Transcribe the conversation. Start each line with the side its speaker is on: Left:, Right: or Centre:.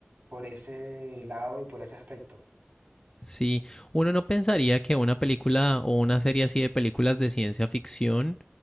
Right: por ese lado y por ese aspecto.
Left: Sí, uno no pensaría que una película o una serie así de películas de ciencia ficción